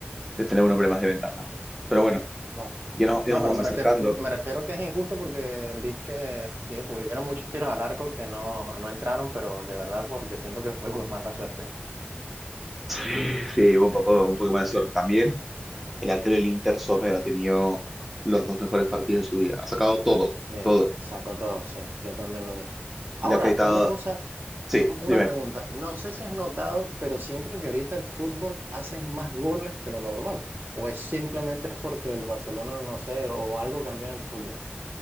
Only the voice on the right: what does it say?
Claro.
No,
pero
me
refiero, me refiero que es injusto porque vi que eh, hubieron muchos tiros al arco que no, no entraron, pero de verdad porque siento que fue por mala suerte.
Sí,
sacó todo, sí, yo también lo vi. Ahora,
una cosa,
un- una
pregunta. No sé si has notado, pero siento que ahorita el fútbol hace más goles que lo normal. ¿O es simplemente es porque el Barcelona, no sé, o algo cambió en el fútbol?